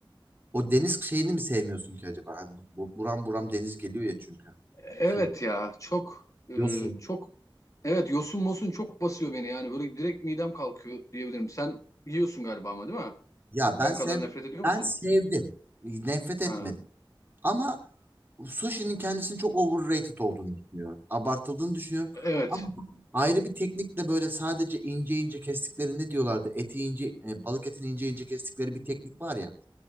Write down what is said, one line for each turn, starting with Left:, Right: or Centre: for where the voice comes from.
Right: O deniz şeyini mi sevmiyorsun ki acaba? Hani bu, buram buram deniz geliyor ya çünkü.
Left: Evet
Right: Şey,
Left: ya çok e,
Right: yosun.
Left: çok evet yosun mosun çok basıyor beni yani böyle direkt midem kalkıyor diyebilirim. Sen yiyorsun galiba ama değil mi?
Right: Ya
Left: Çok
Right: ben
Left: ben
Right: sev
Left: kadar nefret ediyor
Right: ben
Left: musun?
Right: sevdim. Nefret etmedim.
Left: Ha.
Right: Ama sushi'nin kendisini çok overrated olduğunu düşünüyorum. Abartıldığını düşünüyorum.
Left: Evet.
Right: Ama ayrı bir teknikle böyle sadece ince ince kestikleri ne diyorlardı? Eti ince, e, balık etini ince ince kestikleri bir teknik var ya.